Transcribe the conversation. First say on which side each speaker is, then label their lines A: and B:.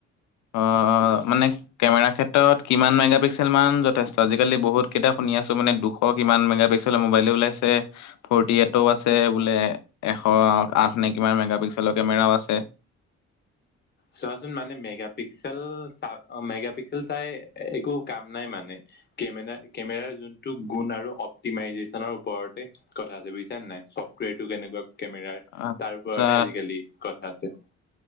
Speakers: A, on the left (about 70°); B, on the left (about 35°).
A: অ অ মানে কেমেৰা ক্ষেত্ৰত কিমান মেগাপিক্সেল মান যথেষ্ট আজিকালি বহুত কেইটা শুনি আছো মানে দুশ শ, কিমান মেগাপিক্সেলৰ মোবাইলো ওলাইছে। ফৰ্টিএইতো আছে বোলে, এশ আঠ নে কিমান মেগাপিক্সেলৰ কেমেৰাও আছে।
B: চোৱাচোন মানে মেগা পিক্সেল চা মেগা পিক্সেল চাই একো কাম নাই মানে কেমেৰা কেমেৰাৰ যোনটো গুণ আৰু অপ্টিমাইজেচনৰ ওপৰতে কথা আছে বুজিছানে নাই, চফ্টৱেৰটো কেনেকুৱা কেমেৰাৰ
A: আচ্ছা
B: তাৰ ওপৰতে আজিকালি কথা আছে